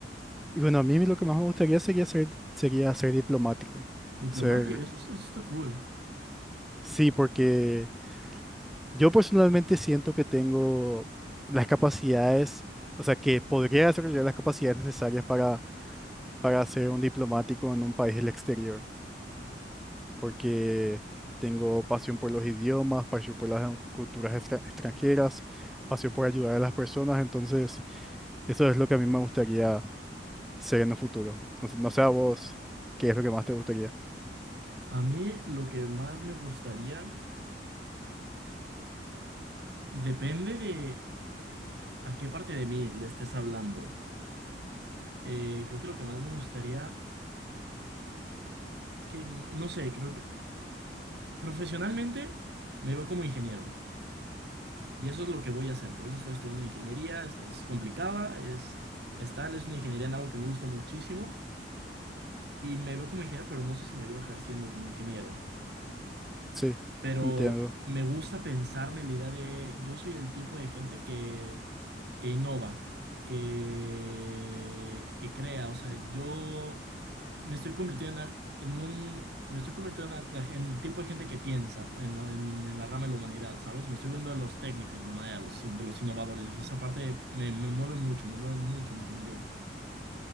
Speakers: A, in the centre; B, on the right.
A: Y bueno, a mí lo que más me gustaría sería ser, sería ser diplomático.
B: Diplomático,
A: Ser,
B: eso está, eso está cool.
A: sí, porque Yo personalmente siento que tengo las capacidades, o sea, que podría desarrollar las capacidades necesarias para, para ser un diplomático en un país del exterior, porque tengo pasión por los idiomas, pasión por las culturas extra- extranjeras, pasión por ayudar a las personas, entonces eso es lo que a mí me gustaría ser en el futuro. Entonces, no sé a vos, ¿qué es lo que más te gustaría?
B: A mí lo que más me gustaría depende de a qué parte de mí le estés hablando. Eh, creo que lo que más me gustaría es que, no sé, creo que profesionalmente me veo como ingeniero y eso es lo que voy a hacer. Por eso estoy estudiando ingeniería, es, es complicada, es, es tal, es una ingeniería en algo que me gusta muchísimo y me veo como ingeniero, pero no sé si me veo ejerciendo como ingeniero.
A: Sí,
B: pero
A: entiendo.
B: me gusta pensarme la idea de yo soy el tipo de gente que, que innova, que, que crea, o sea, yo me estoy convirtiendo en, al- en un, me estoy convirtiendo en, al- la gen- el tipo de gente que piensa en la, en- en la rama de la humanidad, ¿sabes? Me estoy viendo de los técnicos, de la humanidad, los in- de los innovadores, y esa parte me, me mueve mucho, me mueve mucho la ingeniería.